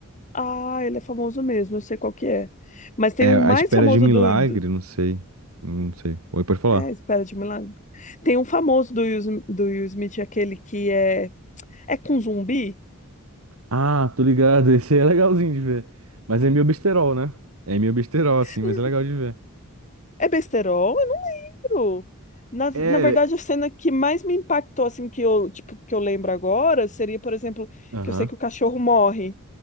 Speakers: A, on the left; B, on the right.
A: ah, ele é famoso mesmo, eu sei qual que é. Mas tem
B: É
A: um
B: A
A: mais
B: Espera
A: famoso
B: de um Milagre,
A: do, do-
B: não sei. Não sei. Oi, pode falar.
A: É, Espera de Milagre. Tem um famoso do Will, Sm- do Will Smith, aquele que é... É com zumbi?
B: Ah, tô ligado. <laughs> Esse aí é legalzinho de ver. Mas é meio besterol, né? É meio besterol, assim,
A: Hum,
B: mas é legal de ver.
A: É besterol? Eu não lembro. Na,
B: É.
A: na verdade, a cena que mais me impactou, assim, que eu, tipo, que eu lembro agora, seria, por exemplo,
B: Aham.
A: que eu sei que o cachorro morre.